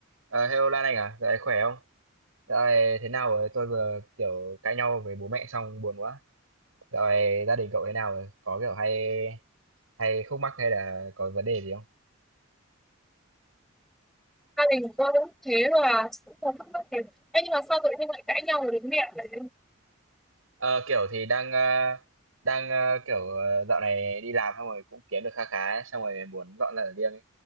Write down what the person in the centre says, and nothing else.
gia đình của tôi cũng thế thôi à cũng không thắc mắc thế Ê, nhưng mà sao tự nhiên lại cãi nhau với bố mẹ vậy